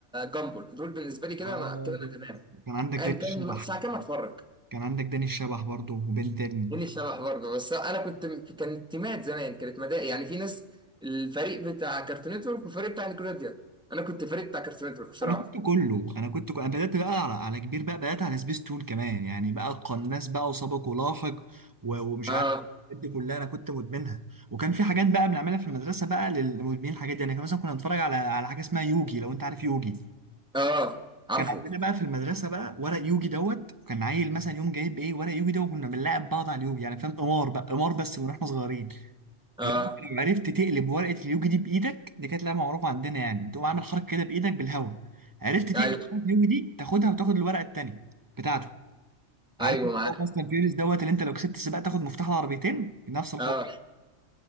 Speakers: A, in the centre; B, on the right.
A: جامبل دول بالنسبه لي كده
B: اه
A: انا كده انا تمام
B: كان عندك
A: ايا
B: داني
A: كان
B: الشبح
A: الساعه كام اتفرج
B: كان عندك داني الشبح برضه وبنتن
A: جيني شبح برضه بس انا كنت كانت تيمات زمان كانت مدارس يعني في ناس الفريق بتاع كارتون نتورك والفريق بتاع نيكلوديا انا كنت فريق بتاع كارتون نتورك بصراحه
B: انا كنت كله انا كنت انا بدات بقى على على كبير بقى بدات على سبيس تون كمان يعني بقى قناص بقى وسابق ولاحق و- ومش
A: اه
B: عارف الحاجات دي كلها انا كنت مدمنها وكان في حاجات بقى بنعملها في المدرسه بقى للمدمنين الحاجات دي يعني كان مثلا كنا نتفرج على على حاجه اسمها يوجي لو انت عارف يوجي
A: اه عارفه
B: كان عندنا بقى في المدرسه بقى ورق يوجي دوت كان عيل مثلا يوم جايب ايه ورق يوجي ده وكنا بنلاعب بعض على اليوجي يعني فاهم قمار بقى قمار بس من واحنا صغيرين
A: اه
B: لو انت لو عرفت تقلب ورقه اليوجي دي بايدك دي كانت لعبه معروفه عندنا يعني بتقوم عامل حركه كده بايدك بالهواء عرفت تقلب
A: ايوه
B: ورقه اليوجي دي تاخدها وتاخد الورقه التانيه بتاعته عارف
A: ايوه
B: انت
A: معاك
B: هو فاست اند فيوريوس دوت اللي انت لو كسبت السباق تاخد مفتاح العربيتين نفس الحوار
A: اه